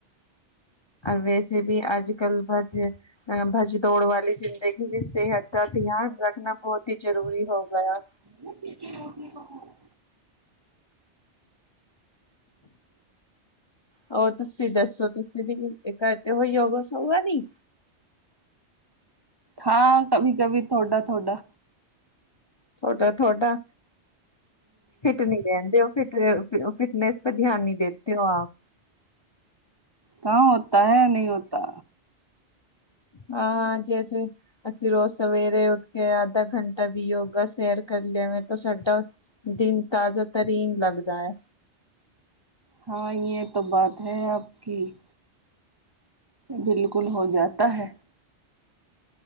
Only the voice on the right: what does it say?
ਮੈਂ ਰ <unintelligible>
ਹਾਂ, ਕਵੀ-ਕਵੀ, ਤੋਡਾ-ਤੋਡਾ।
ਕਾਮ ਹੋਤਾ ਹੈ ਨਹੀਂ ਹੋਤਾ।
ਹਾਂ ਜੇਹ ਤੋ ਬਾਤ ਹੈ ਆਪ ਕੀ। ਬਿਲਕੁਲ ਹੋ ਜਾਤਾ ਹੈ।